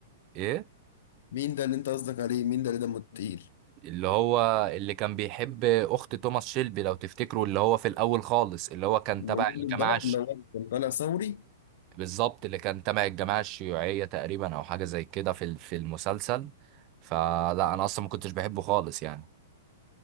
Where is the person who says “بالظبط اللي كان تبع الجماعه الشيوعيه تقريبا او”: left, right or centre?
Right